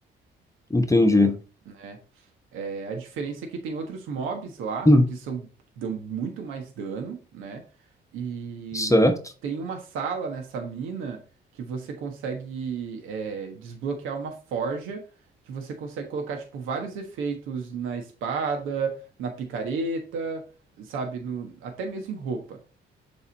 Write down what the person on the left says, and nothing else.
Entendi.
Hum,
Certo.